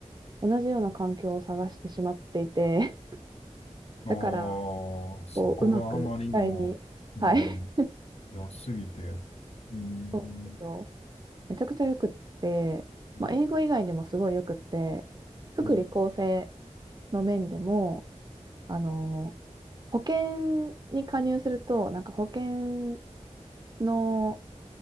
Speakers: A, on the right; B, on the left.
A: う、同じような環境を探してしまっていて、<laughs>
B: ああー、
A: だから、
B: そこがあまりにも、
A: こう、うまく機体に、
B: うん、
A: はい、
B: 良すぎて、うん。
A: <laughs> そうなんですよ。めちゃくちゃよくって、
B: うん
A: まあ、英語以外にもすごいよくって、福利厚生
B: うん
A: の面でも、あの、保険に加入すると、なんか保険の、